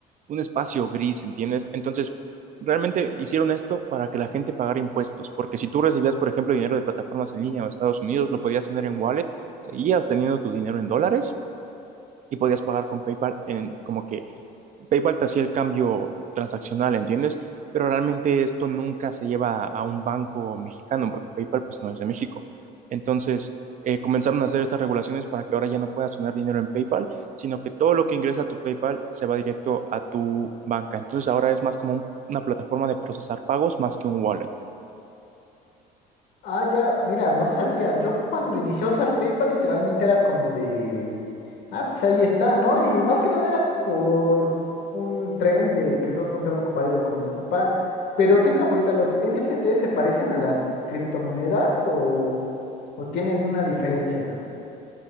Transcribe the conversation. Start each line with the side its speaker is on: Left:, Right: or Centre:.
Right: un espacio gris, ¿entiendes? Entonces, realmente hicieron esto para que la gente pagara impuestos, porque si tú recibías, por ejemplo, dinero de plataformas en línea o Estados Unidos, lo podías tener en wallet, seguías teniendo tu dinero en dólares y podías pagar con PayPal en como que PayPal te hacía el cambio transaccional, ¿entiendes? Pero realmente esto nunca se lleva a un banco mexicano porque PayPal pues no es de México. Entonces, eh, comenzaron a hacer estas regulaciones para que ahora ya no puedas tener dinero en PayPal, sino que todo lo que ingresa a tu PayPal se va directo a tu banca. Entonces, ahora es más como un- una plataforma de procesar pagos más que un wallet.
Left: Ah, ya, mira, no sabía. Yo cuando inicié a usar PayPal literalmente era como de, ah, pues ahí está, ¿no? Y más que nada era por un tren de que todos comenzaron a ocupar y yo comencé a ocupar. Pero tengo una pregunta, ¿los NFT se parecen a las criptomonedas o, o tienen una diferencia?